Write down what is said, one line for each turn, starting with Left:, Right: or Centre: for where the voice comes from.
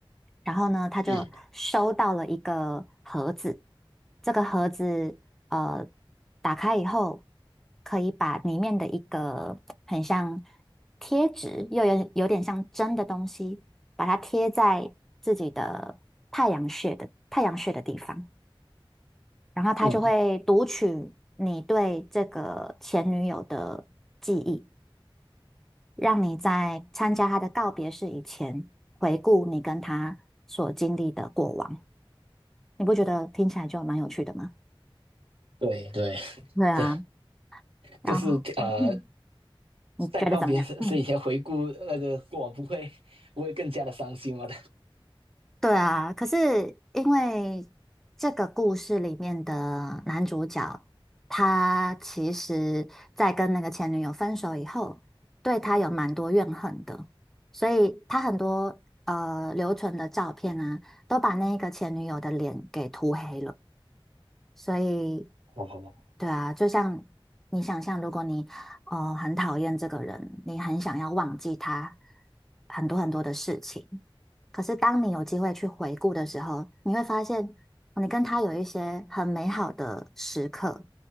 Centre: 然后呢，他就收到了一个盒子，
Right: 嗯
Centre: 这个盒子呃打开以后，可以把里面的一个很像贴纸，又有有点像针的东西，把它贴在自己的太阳穴的太阳穴的地方，然后他就会读取你对这个前女友的记忆，
Right: 嗯，
Centre: 让你在参加他的告别式以前，回顾你跟他所经历的过往。你不觉得听起来就蛮有趣的吗？
Right: 对对，<laughs>
Centre: 对啊，
Right: 就
Centre: 然后，
Right: 就是呃，
Centre: 嗯，你觉得怎么样？
Right: 在告别是以前回顾呃那个过往，
Centre: 嗯，
Right: 不会不会更加的伤心吗？
Centre: 对啊。可是因为这个故事里面的男主角，他其实在跟那个前女友分手以后，对他有蛮多怨恨的，所以他很多呃留存的照片啊，都把那个前女友的脸给涂黑了。所以，
Right: <laughs> 哦，
Centre: 对啊，就像你想象，如果你呃很讨厌这个人，你很想要忘记他很多很多的事情，可是当你有机会去回顾的时候，你会发现哦你跟他有一些很美好的时刻，